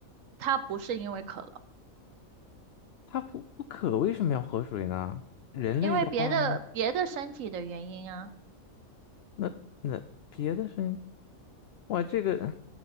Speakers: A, on the right; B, on the left.
A: 他不是因为渴了，
B: 他不不渴，为什么要喝水呢？人类的话，
A: 因为别的别的身体的原因啊。
B: 那那别的生，哇，这个